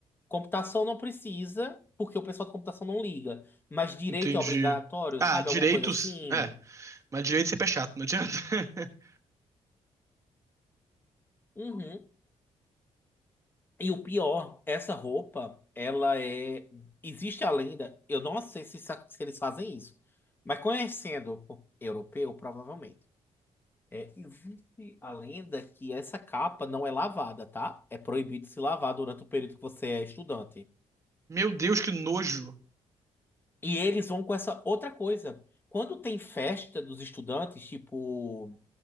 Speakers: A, on the left; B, on the right.
A: computação não precisa, porque o pessoal de computação não liga. Mas direito
B: Entendi.
A: é obrigatório,
B: Ah,
A: sabe?
B: direitos?
A: Alguma coisa assim.
B: É, mas direito sempre é chato, não adianta. <laughs>
A: Uhum. E o pior, essa roupa, ela é. Existe a lenda. Eu não sei se, sa- se eles fazem isso. Mas conhecendo o europeu, provavelmente. É, existe a lenda que essa capa não é lavada, tá? É proibido se lavar durante o período que você é estudante.
B: Meu Deus, que nojo.
A: E eles vão com essa outra coisa. Quando tem festa dos estudantes, tipo.